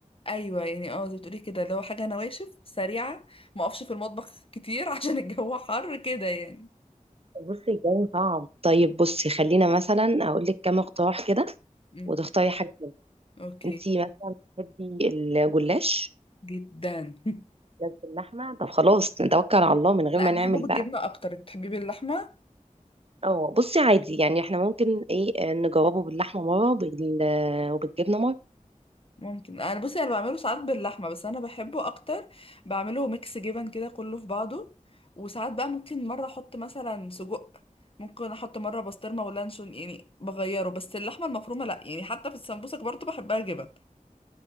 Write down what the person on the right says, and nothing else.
بصي الجو صعب طيب بصي خلينا مثلا اقول لك كام اقتراح كده
وتختاري حاجة منهم
انتي مثلا بتحبي الجلاش
جلاش باللحمة طب خلاص نتوكل على الله من غير
ما
نعمل
بقى
اه بصي عادي يعني احنا ممكن ايه آه، نجربه باللحمة مرة وبال... وبالجبنة مرة